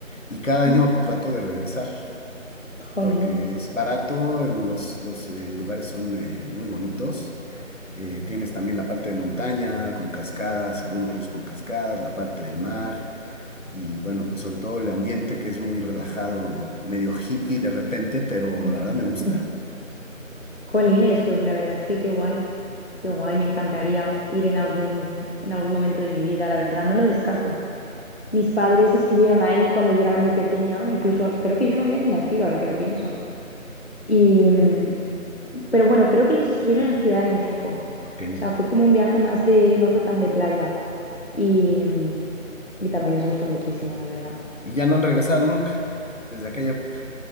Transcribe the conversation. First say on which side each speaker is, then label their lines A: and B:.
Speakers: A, on the left; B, on the left.
A: y cada año
B: Mm,
A: trato de regresar,
B: Jolines.
A: porque es barato, los, los eh, lugares son eh, muy bonitos. Eh, tienes también la parte de montaña con cascadas, y algunos ríos con cascadas, la parte del mar, y bueno, pues sobre todo el ambiente que es muy relajado, medio hippie de repente, pero
B: <laughs>
A: la verdad me gusta.
B: Jolines, pues la verdad es que qué guay, qué guay, me encantaría ir en algún, en algún momento de mi vida, la verdad, no lo descarto. Mis padres estuvieron ahí cuando yo era muy pequeña, incluso creo que yo no había ni nacido, ahora que lo pienso. Y, mm, pero bueno, creo que ellos estuvieron en Ciudad de México.
A: Ok.
B: O sea, fue como un viaje más de, no fue tan de playa. Y, mm, y también les gustó muchísimo, la verdad.
A: Y ya no han regresado nunca, desde aquella época.